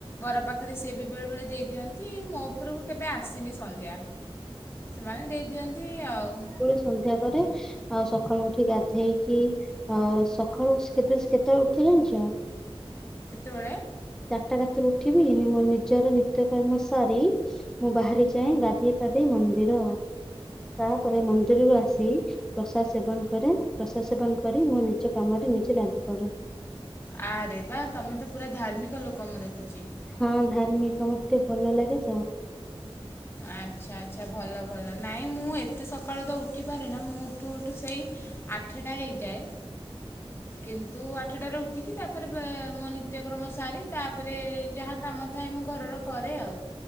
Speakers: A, on the left; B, in the centre.
A: ଘର ପାଖରେ ସିଏ ବି ବେଳେ ବେଳେ ଦେଇ ଦିଅନ୍ତି ମୋ ଉପରକୁ କେବେ ଆସିନି ସନ୍ଧ୍ୟା। ସେମାନେ ଦେଇ ଦିଅନ୍ତି ଆଉ।
B: ସବୁବେଳେ ସନ୍ଧ୍ୟା ପରେ ଆଉ ସକାଳୁ ଉଠି ଗାଧେଇକି। ଅ ସକାଳୁ ସ କେତେ ସ କେତେ ଉଠି ଜାଣିଚ।
A: କେତେବେଳେ?
B: ଚାରିଟା ରାତିରୁ ଉଠିବି ମୋ ନିଜର ନିତ୍ୟକର୍ମ ସାରି ମୁଁ ବାହାରି ଯାଏ ଗାଧୋଇ ପାଧେଇ ମନ୍ଦିର ତାପରେ ମନ୍ଦିରରୁ ଆସି ପ୍ରସାଦ ସେବନ କରେ ପ୍ରସାଦ ସେବନ କରି ମୁଁ ନିଜ କାମରେ ନିଜେ ଲାଗି ପଡେ।
A: ଆରେ ବା ତମେ ତ ପୁରା ଧାର୍ମିକ ଲୋକ ମୁଁ ଦେଖୁଛି।
B: ହଁ ଧାର୍ମିକ ମତେ ଟିକେ ଭଲ ଲାଗେଛ।
A: ଆଚ୍ଛା ଆଚ୍ଛା ଭଲ ଭଲ ନାଇଁ ମୁଁ ଏତେ ସକାଳୁ ତ ଉଠିପାରେ ନା ମୁଁ ଉଠୁ ଉଠୁ ସେଇ ଆଠଟା ହେଇଯାଏ।
B: ହ <unintelligible>
A: କିନ୍ତୁ ଆଠଟାରେ ଉଠିକି ତାପରେ ମୋ ନିତ୍ୟକ୍ରମ ସାରି ତାପରେ ଯାହା କାମ ଥାଏ ମୁଁ ଘରର କରେ ଆଉ।